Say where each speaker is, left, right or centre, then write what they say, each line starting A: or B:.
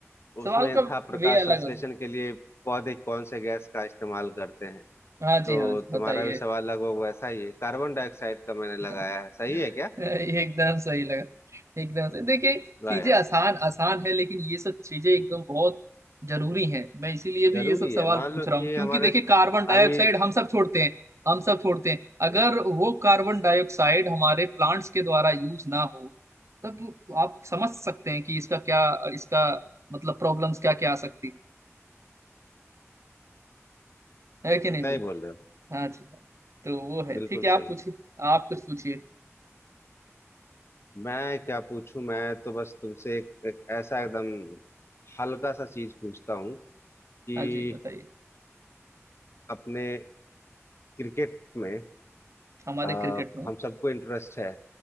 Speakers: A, on the left (about 55°); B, on the right (about 65°).
A: उसमें
B: सवाल का
A: था प्रकाश
B: वे
A: संश्लेषण
B: अलग होता
A: के लिए पौधे कौन से गैस का इस्तेमाल करते हैं
B: है हाँ जी
A: तो
B: हाँ जी बताइए
A: तुम्हारा भी सवाल लगभग वैसा ही है कार्बन डाइऑक्साइड का मैंने
B: <laughs>
A: लगाया है सही है क्या
B: एकदम सही लगा एकदम से देखिए
A: लगाया
B: चीजें
A: है।
B: आसान आसान है लेकिन ये सब चीजें एकदम बहुत जरूरी हैं मैं इसीलिए भी
A: जरूरी
B: ये सब सवाल
A: है मान
B: पूछ
A: लो कि
B: रहा हूँ क्योंकि
A: हमारे
B: देखिए कार्बन डाइऑक्साइड
A: अभी
B: हम सब छोड़ते हैं हम सब छोड़ते हैं अगर
A: हम्म,
B: वो कार्बन डाइऑक्साइड हमारे प्लांट्स के द्वारा यूज ना हो तब आप समझ सकते हैं कि इसका क्या इसका मतलब प्रॉब्लम्स क्या क्या आ सकती है है कि नहीं
A: सही
B: भैया
A: बोल रहे हो
B: हाँ जी हाँ तो वो है
A: बिल्कुल
B: ठीक है आप
A: सही
B: पूछिए आप कुछ पूछिए
A: मैं क्या पूछूं मैं तो बस तुमसे एक, एक ऐसा एकदम हल्का सा चीज पूछता हूँ कि
B: हाँ जी बताइए
A: अपने क्रिकेट में
B: हमारे
A: आ,
B: क्रिकेट में
A: हम सबको इंटरेस्ट है